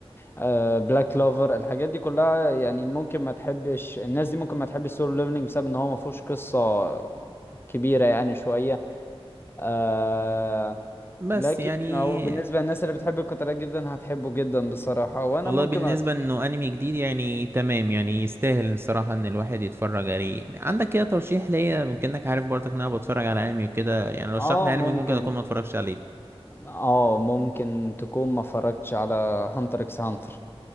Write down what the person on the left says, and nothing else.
آه، بلاك كلوفر الحاجات دي كلها يعني ممكن ما تحبش الناس دي ممكن ما تحبش سولو ليفلنج بسبب ان هو ما فيهوش قصة كبيرة يعني شوية آه
لكن
هو بالنسبة للناس اللي بتحب القتالات جدا هتحبه جدا بصراحة وانا
ممكن
أرشح
اه
ممكن
اه ممكن تكون ما اتفرجتش على هانتر اكس هانتر